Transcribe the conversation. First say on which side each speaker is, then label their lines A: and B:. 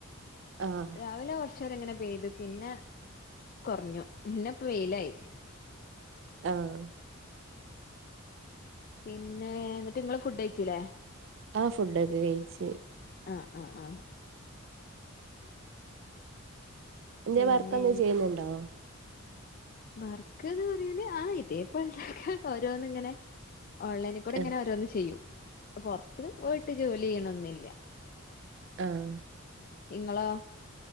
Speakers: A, on the right; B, on the left.
A: ആഹ്
B: രാവിലെ കുറ കുറച്ചേരം ഇങ്ങനെ പെയ്തു പിന്നെ കുറഞ്ഞു പിന്നെ പ്പ വെയിലായി-
A: ആഹ്-
B: പിന്നെ നിങ്ങള് ഫുഡ് കഴിച്ചില്ലേ
A: ആഹ് ഫുഡൊക്കെ കയിച്ച്-
B: ആഹ് ആഹ് ആഹ്
A: എന്ത്‌
B: പിന്നെ
A: വർക്ക് എന്തങ്കിലും ചെയ്യുന്നുണ്ടോ
B: വർക്ക് എന്ന് പറയേണെ ആഹ് ഇതേപോലെ- ഓരോന്ന് ഇങ്ങനെ ഓൺലൈനിൽ കൂടെ
A: ആഹ്
B: ഇങ്ങനെ ഓരോന്ന് ചെയ്യും. പുറത്ത് പോയിട്ട് ജോലി ചെയ്യണന്നില്ല-
A: ആഹ്-
B: ഇങ്ങളോ?